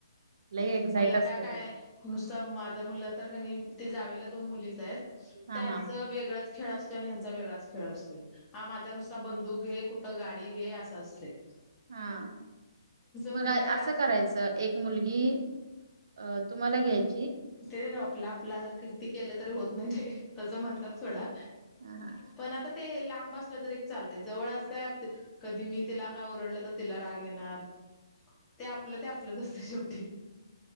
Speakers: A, on the right; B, on the left.
A: लई एक्झाईट
B: मुलं
A: असते
B: काय काय
A: ते
B: नुसतं माझा मुललं तर कणी ते जावे ला दोन मुलीच त्यांच
A: हा हा
B: वेगळंच खेळ असतोय आणि ह्यांचा वेगळाच खेळ असतोय हा माझा नुसता बंदूक घे कुठं गाडी घे असं असतयं
A: हा मग
B: मुली
A: असं
B: त्या
A: करायचं एक मुलगी. अ तुम्हाला घ्यायचं
B: ते ग आपला आपला किती केलं तरी होत नाही ते तसं म्हणतात सोडा.
A: हा हा
B: पण आता ते लाब बसलं तर एक चालते जवळ अस कधी मी तिला काय ओरडलं तर तिला राग येणार ते आपलं ते आपलंच असतं शेवटी